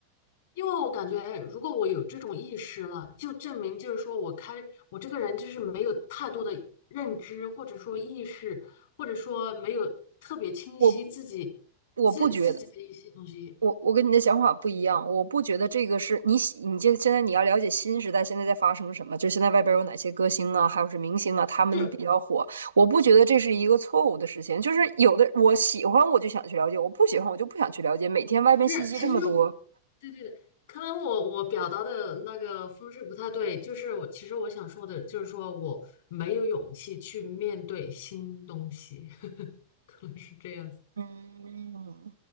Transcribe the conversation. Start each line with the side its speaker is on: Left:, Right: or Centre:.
Left: 因为我感觉，哎如果我有这种意识了，就证明就是说我开我这个人就是没有太多的认知，或者说意识，或者说没有特别清晰自己
Right: 我我不觉得，
Left: 自己的一些东西。
Right: 我我跟你的想法不一样，我不觉得这个是你喜你现现在你要了解新时代现在在发生什么，就现在外边有哪些歌星啊，还有是明星啊，他们比较火，
Left: 就
Right: 我不觉得这是一个错误的事情，就是有的我喜欢我就想去了解，我不喜欢我就不想去了解，每天外边信息这么多，
Left: 是其实对对对，可能我我表达的那个方式不太对，就是我其实我想说的，就是说我没有勇气去面对新东西，<laughs> 可能是这样子。
Right: 嗯，